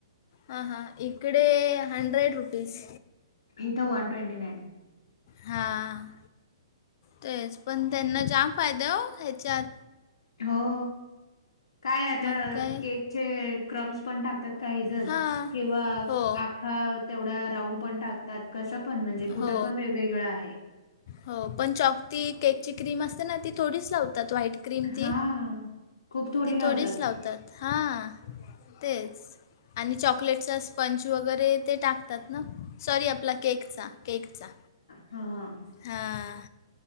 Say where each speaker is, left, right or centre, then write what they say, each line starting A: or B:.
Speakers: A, on the left; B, on the left.
A: हा हा, इकडे हंड्रेड रुपीस.
B: इथ वन ट्वेंटी नाईन.
A: हां तेच, पण त्यांना जाम फायदा हो ह्याच्यात.
B: हो. काय आता,
A: मग काय
B: केकचे क्रम्स पण टाकतात काही जण
A: हां
B: किंव्हा
A: हो
B: आख्खा तेवढा राऊंड पण टाकतात, कसं पण म्हणजे कुठं
A: हो
B: पण वेगवेगळं आहे.
A: हो पण चौकती केक ची क्रीम असते ना ती थोडीच लावतात व्हाईट. क्रीम ती,
B: हां, खूप थोडी
A: ती
B: लावतात.
A: थोडीच लावतात, हां तेच. आणि चॉकलेटचा स्पंच वगैरे ते टाकतात ना, सॉरी आपला केकचा, केकचा.
B: ह हां.
A: हां,